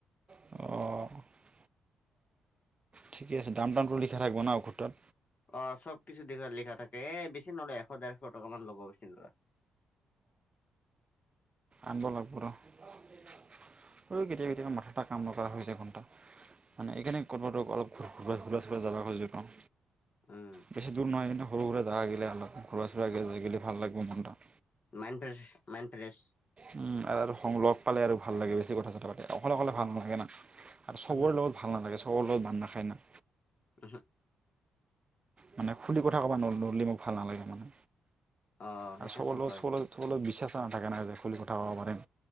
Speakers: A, on the right; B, on the left.
A: অ। ঠিক আছে। দাম-টামটো লিখা থাকিব না ঔষধত।
B: অ, চব কিছু দেখা লিখা থাকে। এ বেছি নলয় এশ ডেৰশ টকা মান ল'ব বেছি নলয়।
A: আনব লাগব ৰ। ঐ কেতিয়াবা- কেতিয়াবা মাঠাটা কাম নকৰা হৈ হৈছে ঘণ্টা। মানে এইকানে ক'তবাটো অলপ ঘূৰা চোলা জাবা খোজো ন।
B: উম।
A: বেছি দূৰ নহয় কিন্তু সুৰা জাগা গিলা অল ঘৰুৰা চুৰা আগে যাই গ'লে ভাল লাগব মনটা।
B: Mind fresh mind fresh.
A: উম, আৰু সংগ লগ পালে আৰু ভাল লাগে। বেছি কথা চথা পাতে অকলে অকলে ভাল নালাগে না। আৰ চবৰে
B: উহু
A: লগত ভাল নালাগে। চবৰে লগত বান নাখায় না।
B: উহু।
A: মানে খুলি কথা ক'বা নললি মোক ভাল নালাগে মানে।
B: অ সেইটোতো
A: আৰু চব
B: হয়
A: চলি- সব লগত বিশ্বাস নাথাকে না যে খুলি কথা কবৰ পাৰিম।